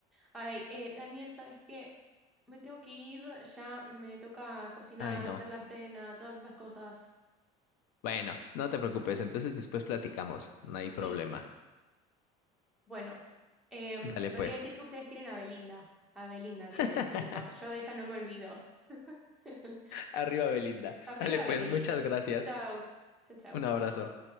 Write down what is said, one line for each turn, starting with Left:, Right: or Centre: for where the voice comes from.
Centre: Ay, eh, Daniel, ¿sabes qué? Me tengo que ir, ya me toca cocinar,
Left: ay, no.
Centre: hacer la cena, todas esas cosas.
Left: Bueno, no te preocupes, entonces después platicamos, no hay
Centre: Sí,
Left: problema.
Centre: bueno, em,
Left: Dale
Centre: me
Left: pues.
Centre: olvidé decir que ustedes tienen a Belinda. A Belinda tienen
Left: <laughs>
Centre: en México. Yo de ella no me olvido. <laughs>
Left: Arriba, Belinda.
Centre: Arriba
Left: Dale pues,
Centre: Belinda.
Left: muchas gracias.
Centre: Chao, chao. chau.
Left: Un abrazo.